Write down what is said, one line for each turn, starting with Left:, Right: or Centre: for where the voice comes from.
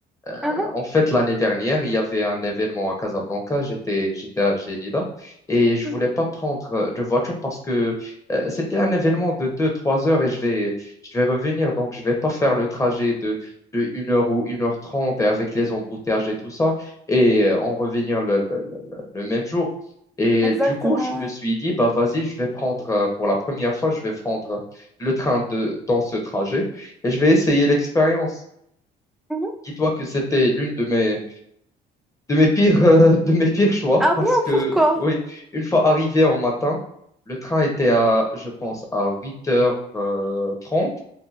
Left: Euh,
Centre: Mhm,
Left: en fait, l'année dernière, il y avait un événement à Casablanca. J'étais, j'étais à Gelida et je
Centre: mhm.
Left: voulais pas prendre euh, de voiture parce que euh, c'était un événement de deux-trois heures et je vais, je vais revenir. Donc, je vais pas faire le trajet de, de 1 heure ou une heure trente, et avec les embouteillages et tout ça et euh, en revenir le, le- le- le- le même jour. Et
Centre: Exactement,
Left: du coup, je
Centre: ouais.
Left: me suis dit, bah vas-y, je vais prendre, euh, pour la première fois, je vais prendre le train de, dans ce trajet et je vais essayer l'expérience.
Centre: Mhm.
Left: Dis-toi que c'était l'une de mes, de mes pires, euh, de mes pires choix
Centre: Ah
Left: parce
Centre: bon,
Left: que,
Centre: pourquoi?
Left: oui, une fois arrivé en matin, le train était à, je pense, à huit heures euh, trente